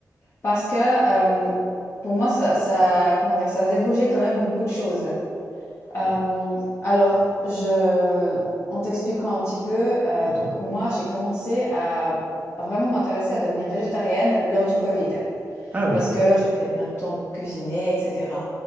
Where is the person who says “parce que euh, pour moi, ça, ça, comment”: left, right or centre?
Left